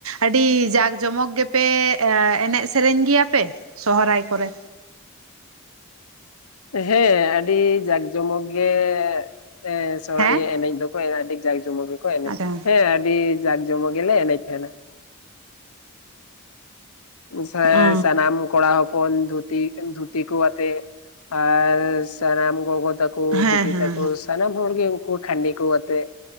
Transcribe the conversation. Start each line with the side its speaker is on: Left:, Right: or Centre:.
Right: ᱟᱹᱰᱤ ᱡᱟᱠ ᱡᱚᱢᱚᱠ ᱜᱮᱯᱮ ᱮᱱᱮᱡ ᱥᱮᱨᱮᱧ ᱜᱮᱭᱟ ᱯᱮ ᱥᱚᱦᱨᱟᱭ ᱠᱚ ᱨᱮ?
Left: ᱦᱮᱸ ᱟᱹᱰᱤ ᱡᱟᱠ ᱡᱚᱢᱚᱠ ᱜᱮ ᱮᱸ ᱥᱚᱦᱨᱟᱭ
Right: ᱦᱮᱸ
Left: ᱤᱭᱟᱹ ᱮᱱᱮᱡ ᱫᱚ ᱠᱚ ᱟᱹᱰᱤ ᱡᱟᱸᱠ ᱡᱚᱢᱚᱠ ᱜᱮᱠᱚ ᱮᱱᱮᱡ-ᱟ᱾
Right: ᱟᱪᱪᱷᱟ
Left: ᱦᱮᱸ ᱟᱹᱰᱤ ᱡᱟᱸᱠ ᱡᱚᱢᱚᱠ ᱜᱮᱞᱮ ᱮᱱᱮᱡ ᱛᱟᱦᱮᱸᱱᱟ᱾ ᱥᱮ
Right: ᱚ
Left: ᱥᱟᱱᱟᱢ ᱠᱚᱲᱟ ᱠᱚ ᱦᱚ ᱯᱚᱱ ᱫᱷᱩᱛᱤ ᱫᱷᱩᱛᱤ ᱠᱚ ᱟᱛᱮ ᱟᱨ ᱥᱟᱱᱟᱢ ᱜᱚᱜᱚ ᱛᱟ ᱠᱚ
Right: ᱦᱮᱸ
Left: ᱵᱤᱴᱤ
Right: ᱦᱮᱸ
Left: ᱛᱟᱠᱚ
Right: ᱦᱮᱸ
Left: ᱥᱟᱱᱟᱢ ᱦᱚᱲ ᱜᱮ ᱩᱱᱠᱩ ᱠᱷᱟᱸᱰᱤ ᱠᱚ ᱟᱛᱮᱜ